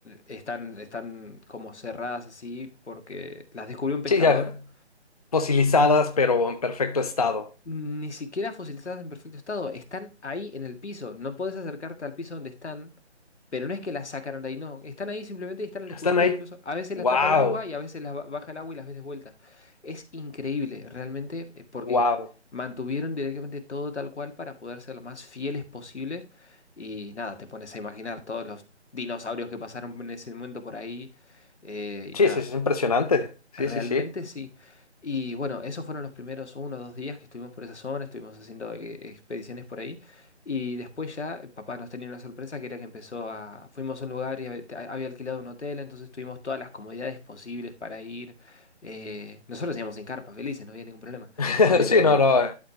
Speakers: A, on the left (about 75°); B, on the left (about 35°).
A: están, están como cerradas así porque las descubrió un pescador.
B: Sí, ya fosilizadas, pero en perfecto estado.
A: Ni siquiera fosilizadas en perfecto estado, están ahí en el piso. No puedes acercarte al piso donde están, pero no es que las sacaron de ahí, no. Están ahí simplemente y están al descubierto,
B: Están ahí.
A: incluso a veces
B: Wow,
A: las tapa el agua y a veces las ba- baja el agua y las ves de vuelta. Es increíble, realmente, eh, porque
B: wow.
A: mantuvieron directamente todo tal cual para poder ser lo más fieles posibles. Y nada, te pones a imaginar todos los dinosaurios que pasaron en ese momento por ahí. eh,
B: Sí,
A: y nada.
B: sí, sí, es impresionante. Sí,
A: Realmente
B: sí, sí.
A: sí. Y bueno, esos fueron los primeros uno o dos días que estuvimos por esa zona, estuvimos haciendo eh, expediciones por ahí. Y después ya eh, papá nos tenía una sorpresa que era que empezó a... Fuimos a un lugar y hab- te- había alquilado un hotel, entonces tuvimos todas las comodidades posibles para ir. Eh, nosotros íbamos sin carpa, felices, no había ningún problema.
B: <laughs>
A: Pero
B: Sí, no, no. eh.